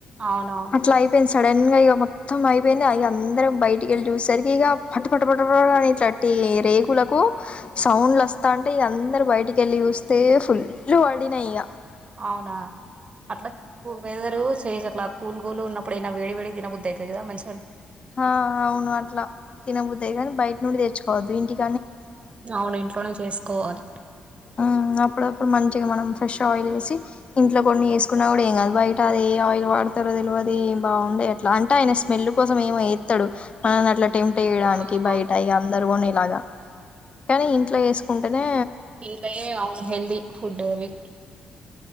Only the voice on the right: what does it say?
అవునవును
అవునా అట్లా ఒక అయిదరుచ్ చేస్ అట్లా కూల్ కూల్ గా ఉన్నప్పుడయినా వేడి వేడిగా తినబుద్దయితది ఇగ మంచి
అవును ఇంట్లోనే చేస్ కోవాలి
ఆ
అవును
ఇంట్లోయే అవును హెల్ది ఫుడ్ అవి